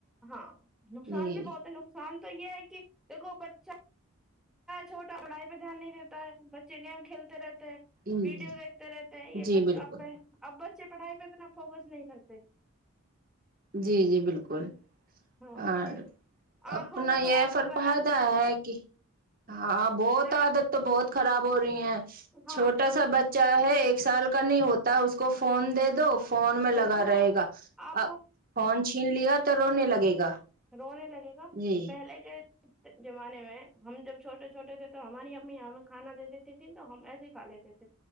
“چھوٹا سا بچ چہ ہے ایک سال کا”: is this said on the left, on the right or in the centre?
Right